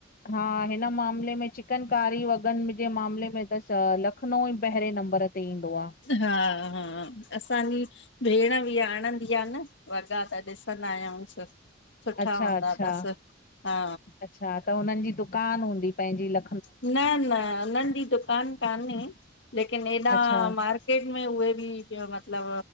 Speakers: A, on the left; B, on the left.
A: हा हिन मामले में चिकन कारी वॻन जे मामले में त लखनऊ ई पहिरे नंबर ते ईंदो आहे।
B: हा हा असांजी भेण बि आणंदी आहे न वॻा त ॾिसंदा आयूंस। सुठा
A: अच्छा
B: हूंदा
A: अच्छा
B: अथसि। हा
A: अच्छा त हुननि जी दुकान हूंदी पंहिंजी ल
B: न न उन्हनि जी दुकान कान्हे, लेकिन ऐॾा
A: अच्छा
B: मार्केट मार्केट में उहे मतलब